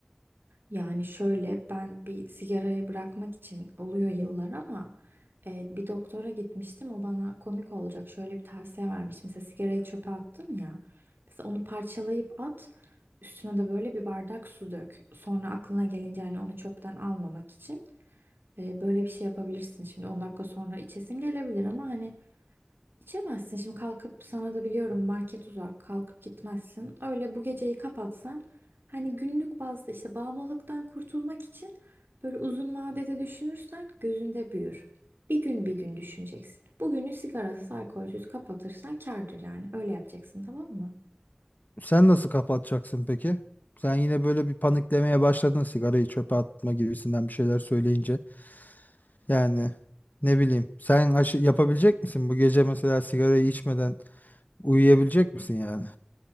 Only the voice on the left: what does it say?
Sen nasıl kapatacaksın peki? Sen yine böyle bir paniklemeye başladın sigarayı çöpe atma gibisinden bir şeyler söyleyince. Yani ne bileyim. Sen aşı- yapabilecek misin bu gece mesela sigarayı içmeden uyuyabilecek misin yani?